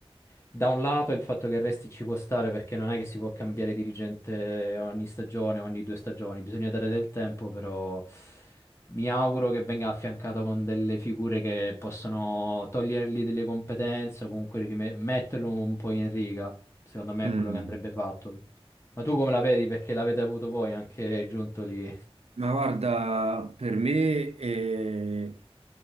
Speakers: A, on the left; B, on the right.
A: da un lato il fatto che resti ci può stare perché non è che si può cambiare dirigente ogni stagione, ogni due stagioni, bisogna dare del tempo, però... Mi auguro che venga affiancato con delle figure che possono togliergli delle competenze o comunque rime- metterlo un po' in riga. Secondo me
B: mm.
A: è quello che andrebbe fatto. Ma tu come la vedi? Perché l'avete avuto voi anche giunto lì.
B: Ma guarda, per me eh,